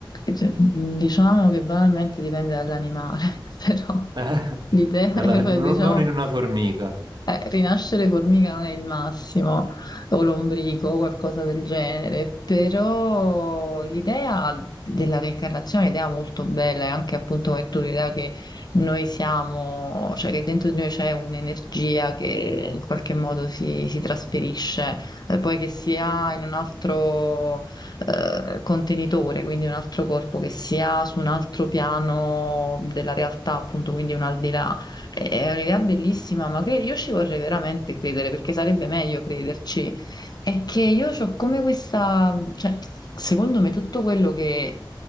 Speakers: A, on the left (about 55°); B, on the right (about 60°).
A: cioè, diciamo che banalmente dipende dall'animale, <laughs> però
B: <laughs>
A: l'idea, <laughs>
B: Dalla- no-
A: diciamo.
B: non in una formica.
A: Eh, rinascere formica non è il massimo, o lombrico, o qualcosa del genere, però l'idea della reincarnazione è un'idea molto bella, e anche appunto è tu l'idea che noi siamo, cioè che dentro di noi c'è un'energia che in qualche modo si, si trasferisce, eh, poi che sia in un altro eh, contenitore, quindi un altro corpo, che sia su un altro piano della realtà, appunto, quindi un al di là è un'idea bellissima, ma cre- io ci vorrei veramente credere perché sarebbe meglio crederci. È che io ho come questa, cioè, secondo me tutto quello che